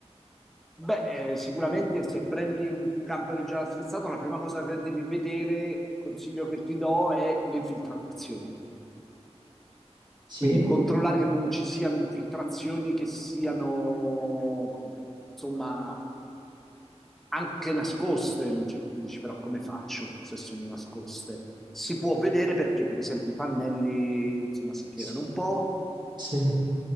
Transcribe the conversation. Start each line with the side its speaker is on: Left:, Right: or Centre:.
Centre: Beh, eh, sicuramente se prendi un camper già attrezzato, la prima cosa che devi vedere, consiglio che ti do, è le infiltrazioni.
Right: Sì,
Centre: Quindi controllare che non ci siano infiltrazioni che siano, insomma, anche nascoste. Non c'è, tu dici, però come faccio se sono nascoste? Si può vedere perché, per esempio, i pannelli, insomma, si piegano
Right: S-
Centre: un po'.
Right: sì,